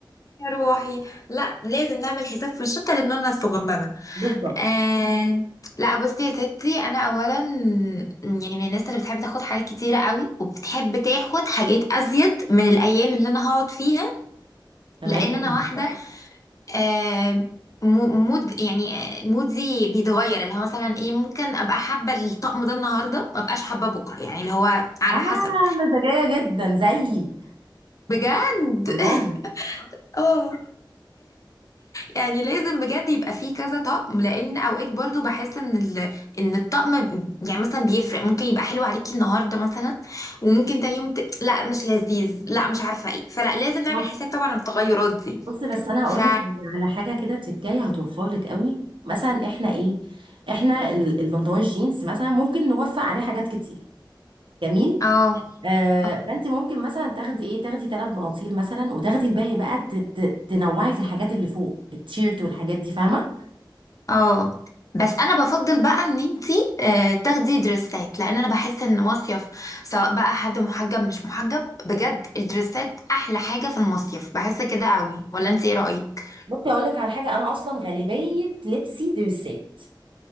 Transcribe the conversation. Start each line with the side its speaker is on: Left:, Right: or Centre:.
Left: يا روحي لا لازم نعمل حساب في الشنطة لأننا الصغننة
Right: بالظبط
Left: آه لا بصي يا ستي انا اولا يعني من الناس اللي بتحب تاخد حاجات كتيرة قوي وبتحب تاخد حاجات ازيد من الايام اللي انا هقعد فيها
Right: تمام
Left: لان انا واحدة آه، مو- مود يعني آه، مودي بيتغير اللي هو مثلا ايه ممكن ابقى حابه الطقم ده النهارده ما ابقاش حابه بكره يعني اللي هو على
Right: اه
Left: حسب
Right: مزاجيه جدا زيي
Left: بجد
Right: والله
Left: <laughs> اه يعني لازم بجد يبقى فيه كذا طقم لان اوقات برضو بحس ان ال... ان الطقم ب- يعني مثلا بيفرق ممكن يبقى حلو عليكي النهارده مثلا وممكن تاني يوم ت... لا مش لذيذ لا مش عارفه ايه فلا لازم نعمل
Right: <laughs>
Left: حساب طبعا التغيرات دي
Right: بص بس انا
Left: ف
Right: هقول لك على حاجه كده تكايه هتوفر لك قوي مثلا احنا ايه احنا ال- البنطلون جينز مثلا ممكن نوفق عليه حاجات كتير جميل
Left: اه
Right: آه
Left: اه
Right: فانت ممكن مثلا تاخدي ايه تاخدي ثلاث بناطيل مثلا وتاخدي الباقي بقى ت- ت- تنوعي في الحاجات اللي فوق التيشيرت والحاجات دي فاهمه
Left: اه بس انا بفضل بقى ان انتي آه، تاخدي دريسات لان انا بحس ان مصيف سواء بقى حد محجب مش محجب بجد الدريسات احلى حاجة في المصيف بحس كده قوي ولا انتي ايه رأيك
Right: ممكن اقول لك على حاجه انا اصلا غالبيه لبسي دريسات